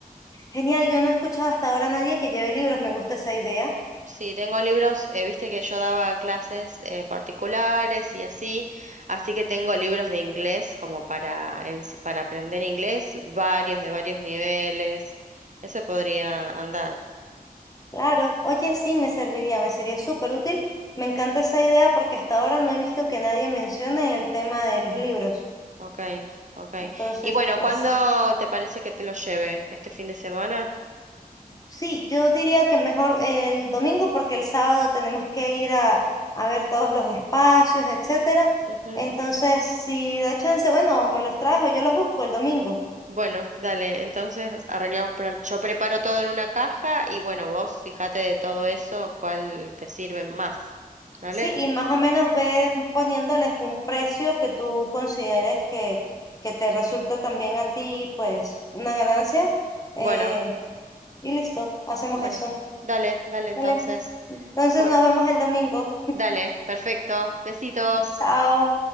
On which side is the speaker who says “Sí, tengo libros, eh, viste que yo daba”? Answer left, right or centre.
Right